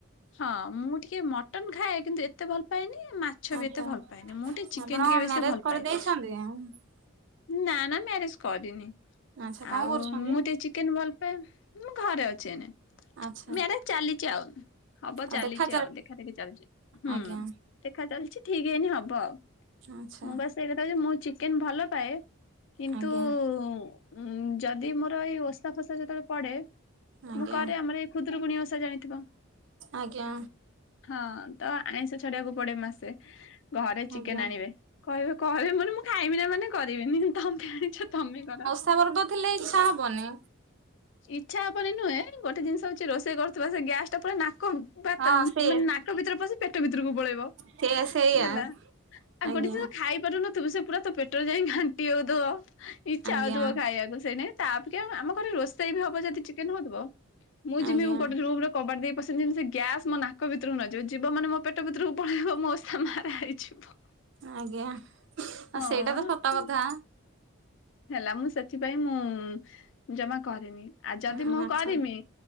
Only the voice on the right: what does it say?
ଆଚ୍ଛା
ଆପଣ
ମ୍ୟାରେଜ
<unintelligible>
ଆଚ୍ଛା କଣ
କରୁଛନ୍ତି?
ଆଚ୍ଛା
ଆଉ
ଦେଖା
ଆଜ୍ଞା
ଆଛା।
ଆଜ୍ଞା
ଆଜ୍ଞା
ଆଜ୍ଞା।
ଆଜ୍ଞା
ତା ପର୍ବ ଥିଲେ ଇଚ୍ଛା ହବନି।
ହଁ
ସେ
ସେ ସେଇଆ
ଆଜ୍ଞା।
ଆଜ୍ଞା
ଆଜ୍ଞା
ଆଜ୍ଞା ଆଉ
ସେଇଟା ତ ସତ କଥା।
ହୁଁ
ଆଚ୍ଛା